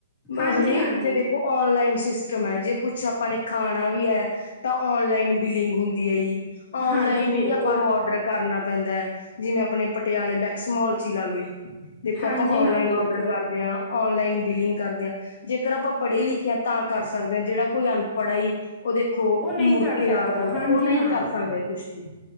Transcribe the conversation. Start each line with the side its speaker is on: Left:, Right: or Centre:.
Left: ਬਸ
Centre: ਹਾਂਜੀ
Left: ਹਰੇਕ
Centre: ਹਾਂਜੀ
Left: ਕਿਤੇ ਦੇਖ ਓ ਔਨਲਾਈਨ ਸਿਸਟਮ ਐ ਜੀ, ਕੁੱਛ ਆਪਾ ਨੇ ਖਾਨਾ ਵੀ ਐ। ਤਾਂ ਔਨਲਾਈਨ ਬਿਲਿੰਗ ਹੁੰਦੀ ਹੈ ਈ। ਔਨਲਾਈਨ
Centre: ਹਾਂਜੀ ਬਿਲਕੁਲ
Left: ਈ ਆਪਾ ਨੂੰ ਔਡਰ ਕਰਨਾ ਪੈਂਦਾ। ਜਿਵੇਂ ਆਪਨੇ ਪਟਿਆਲੇ ਮੈਕਸਮੋਲ ਚ' ਈ ਲਾਲੋ ਈ। ਦੇਖੋ,
Centre: ਹਾਂਜੀ
Left: ਆਪਾਂ ਔਨਲਾਈਨ
Centre: ਹਾਂ ਬਿਲਕੁਲ
Left: ਔਡਰ ਕਰਦੇ ਆਂ। ਔਨਲਾਈਨ ਬਿਲਿੰਗ ਕਰਦੇਯਾਂ। ਜੇਕਰ ਆਪਾ ਪੜੇ-ਲਿਖੇ ਆਂ ਤਾਂ ਕੱਰ ਸਕਦੇ ਆਂ, ਜੇੜਾ ਕੋਈ ਅਨਪੱੜ ਐਈ ਓ ਦੇਖੋ,
Centre: ਉਹ ਨਹੀਂ
Left: ਮੁੜ
Centre: ਕਰ
Left: ਕੇ ਆ ਸਕਦਾ,
Centre: ਹਾਂਜੀ
Left: ਓ ਨਈ
Centre: ਹਾਂ
Left: ਕਰ ਸਕਦੇ। ਕੁਛ ਹੀ